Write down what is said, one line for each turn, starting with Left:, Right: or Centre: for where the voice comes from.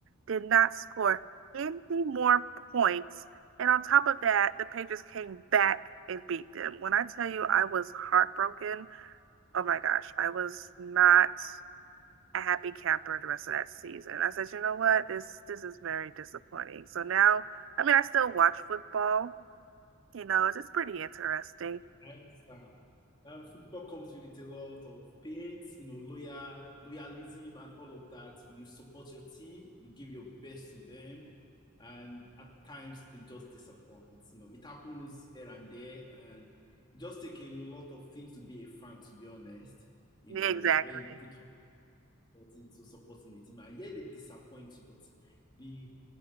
Right: Did not score any more points. And on top of that, the Patriots came back and beat them. When I tell you I was heartbroken, oh my gosh, I was not a happy camper the rest of that season. I said, you know what, this this is very disappointing. So now, I mean, I still watch football. You know, it's, it's pretty interesting.
Left: I understand. Um, football comes with a lot of pains, you know, loyal loyalism and all of that. You support your team, you give your best to them, and at times they just disappoint. You know, it happens here and there, and it just take a lot of things to be a fan, to be honest. You
Right: Yeah,
Left: know,
Right: Exactly.
Left: where you put into supporting the team. I hear they disappoint you, but the